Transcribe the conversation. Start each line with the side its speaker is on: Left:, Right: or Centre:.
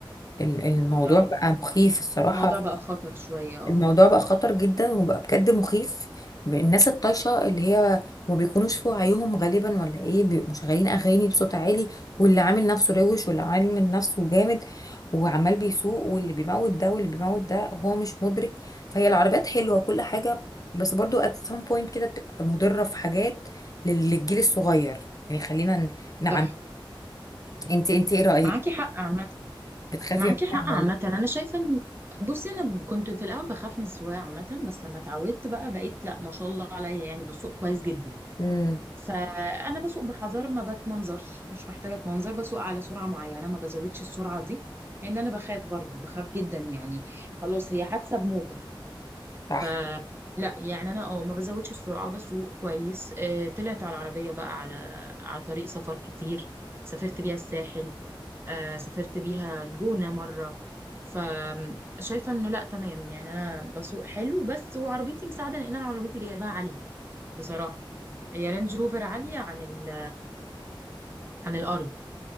Left: ال- الموضوع
Right: اه
Left: بقى مخيف الصراحه
Right: الموضوع بقى خطر شوية اه
Left: الموضوع بقى خطر جدا وبقى بجد مخيف الناس الطايشه اللي هي ما بيكونوش في وعيهم غالبا ولا ايه بيبقوا مشغلين اغاني بصوت عالي واللي عامل نفسه روش واللي عامل نفسه جامد وعمال بيسوق واللي بيموت ده واللي بيموت ده هو مش مدرك فهي العربيات حلوه وكل حاجه بس برضو at some point كده بتبقى مضره في حاجات لل- للجيل الصغير يعني خلينا نعم
Right: صح
Left: انت انت ايه رايك
Right: معاكي حق عامة
Left: بتخافي
Right: معاكي
Left: منها
Right: حق عامة
Left: ولا
Right: أنا شايفة إن بصي أنا كنت في الأول بخاف من السواقة عامة بس لما اتعودت بقى بقيت لأ ما شاء الله عليا يعني بسوق كويس جدا
Left: امم
Right: فأنا بسوق بحذر ما بتمنظرش مش محتاجة أتمنظر بسوق على سرعة معينة ما بزودش السرعة دي لأن أنا بخاف برضو بخاف جدا يعني خلاص هي حادثة بموت
Left: صح
Right: ف لا يعني انا اه ما بزودش السرعه بسوق كويس آه طلعت على العربيه بقى على على طريق سفر كتير سافرت بيها الساحل آه سافرت بيها الجونه مره فشايفه انه لا تمام يعني انا بسوق حلو بس وعربيتي مساعده لان انا عربيتي جايباها عاليه بصراحه هي رينج روفر عاليه عن ال... عن الارض